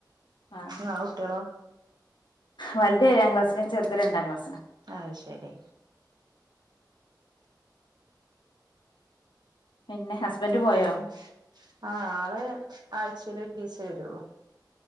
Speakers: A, on the left; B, on the right.
A: ആഹ്
B: ആ ഇങ്ങള് കുട്ടികളോ
A: വലുത് ഏഴാം ക്ലാസിലും ചെറുത് രണ്ടാംക്ലാസ്
B: ആഹ ശരി
A: പിന്നെ ഹസ്ബൻഡ്
B: പിന്നെ
A: പോയോ
B: ആഹ ആഴ്ച്ചയിൽ ഒരു ദിവസേ വരൊള്ളു